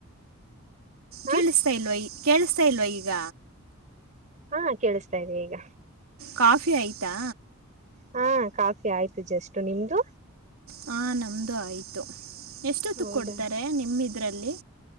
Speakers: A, on the right; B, on the right.
A: ಹ
B: ಕೇಳಿಸ್ತಾ ಇಲ್ವ ಈ ಕೇಳಿಸ್ತಾ ಇಲ್ವ ಈಗ
A: ಹಾ ಕೇಳಿಸ್ತಾ ಇ್ದಿ ಈಗ
B: ಕಾಫಿ ಆಯಿತಾ
A: ಹಾ ಕಾಫಿ ಆಯ್ತು ಜಸ್ಟ್ ನಿಮ್ದು
B: ಹ ನಮ್ಮದುೂ ಆಯಿತು ಎಷ್ಟೊತ್ತು
A: ಹೌದಾ
B: ಕೊಡ್ತಾರೆ ನಿಮ್ಮ ಇದ್ರಲ್ಲಿ